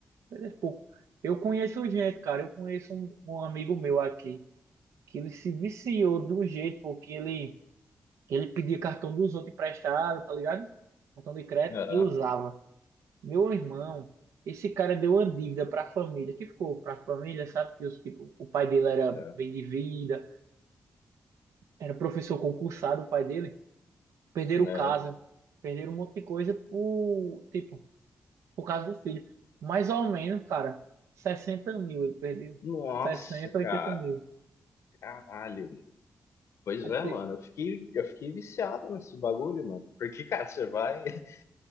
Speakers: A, on the right (about 80°); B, on the left (about 80°).
A: Perdesse pouco. Eu conheço gente, cara. Eu conheço um, um amigo meu aqui que ele se viciou de um jeito, porque ele, ele pedia cartão dos outros emprestado, tá ligado? Cartão de crédito
B: não,
A: e usava. Meu irmão, esse cara deu uma dívida pra família, que ficou pra família, sabe? Que os, tipo, o pai dele era
B: não,
A: bem de vida, era professor concursado, o pai dele. perderam
B: aham.
A: casa, perderam um monte de coisa por, tipo, por causa do filho. Mais ou menos, cara, 60 mil ele perdeu.
B: Nossa,
A: 60, 80
B: cara.
A: mil.
B: Caralho. Pois
A: É, pe-
B: é, mano. Eu fiquei, eu fiquei viciado nesse bagulho, mano. Porque, cara, você vai. <laughs>